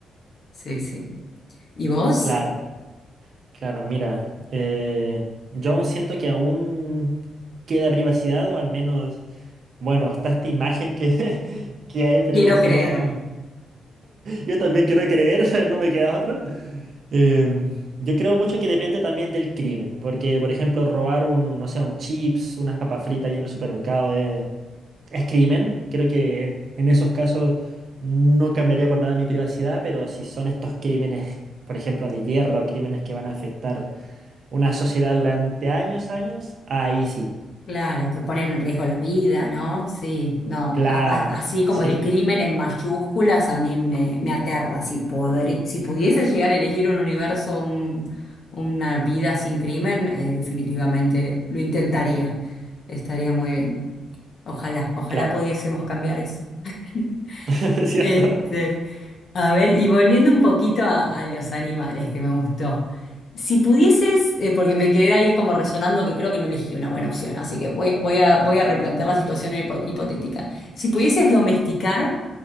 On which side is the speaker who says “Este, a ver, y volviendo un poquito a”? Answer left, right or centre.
Left